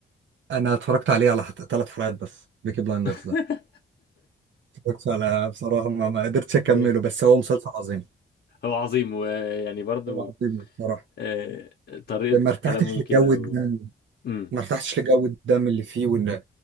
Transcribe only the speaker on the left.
<laughs>
ليه
هو عظيم ويعني برضو
أه طريقه
كلامهم
كده
و... امم